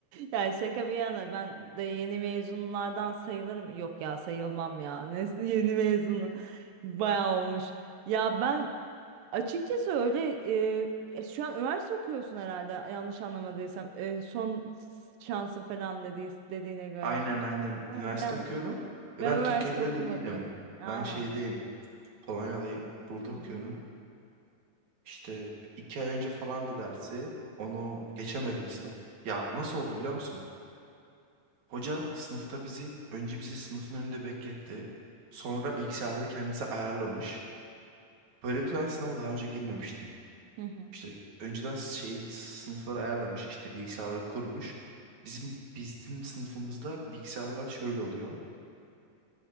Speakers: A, on the right; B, on the right.
A: Yani şaka bir yana ben de yeni mezunlardan sayılırım. Yok ya sayılmam ya. Ne, yeni mezunu. Bayağı olmuş. Ya ben açıkçası öyle e, e, şu an üniversite okuyorsun herhalde yanlış anlamadıysam. E, son şansın falan dediği, dediğine göre.
B: Aynen aynen.
A: Değil
B: Üniversite
A: mi? Ben
B: okuyorum. Ve
A: Ben
B: ben
A: üniversite
B: Türkiye'de
A: okumadım.
B: de değilim.
A: Aa.
B: Ben şeydeyim. Polonya'dayım. Burada okuyorum.
A: Hı hı.
B: İşte iki ay önce falandı dersi. Onu geçemedim sınıf. Ya nasıl oldu biliyor musun? Hoca sınıfta bizi, önce bizi sınıfın önünde bekletti. Sonra bilgisayarları kendisi ayarlamış. Böyle bir ben sınava daha önce girmemiştim.
A: Hı hı.
B: İşte önceden şey sınıfları ayarlamış, işte bilgisayarları kurmuş. Bizim bizim sınıfımızda bilgisayarlar şöyle oluyor.